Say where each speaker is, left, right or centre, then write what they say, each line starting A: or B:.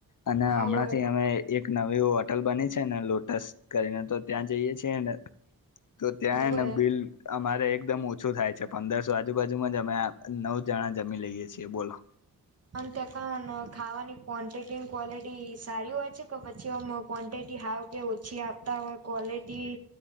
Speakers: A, on the left; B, on the right.
A: અને
B: હવ
A: હમણાં થી અમે એક નવી હોટલ બની છે ને લોટસ કરીને તો ત્યાં જઈએ છે ન, તો ત્યાં
B: હોવે
A: હેને બિલ અમારે એકદમ ઓછું થાય છે, પંદરસો આજુબાજુમાં જ અમે નવ જણા જમી લઈએ છીએ બોલો.
B: અન તે કન ખાવાની ક્વોન્ટિટી ક્વોલિટી સારી હોય છે કે, પછી આમ ક્વોન્ટિટી ઈ હાવ કે ઓછી આપતા હોય કોલિ તી